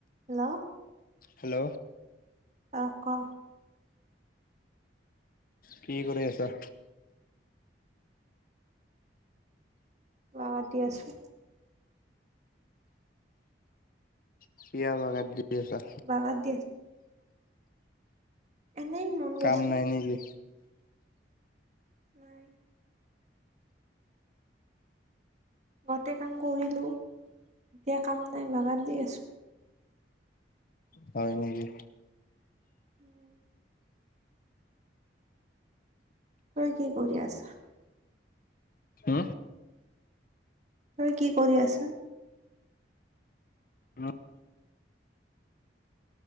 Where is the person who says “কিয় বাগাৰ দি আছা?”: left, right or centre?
Left